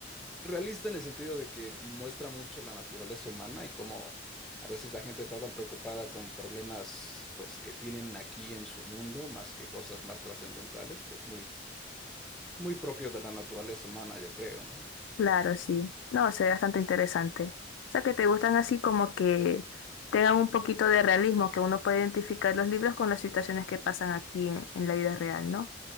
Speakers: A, in the centre; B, on the left (about 80°).
A: Realista en el sentido de que muestra mucho la naturaleza humana y cómo a veces la gente está tan preocupada con problemas pues que tienen aquí en su mundo más que cosas más trascendentales, que es muy muy propio de la naturaleza humana, yo creo, ¿no?
B: claro, sí. No, se ve bastante interesante. O sea, que te gustan así como que tengan un poquito de realismo, que uno puede identificar los libros con las situaciones que pasan aquí en, en la vida real, ¿no?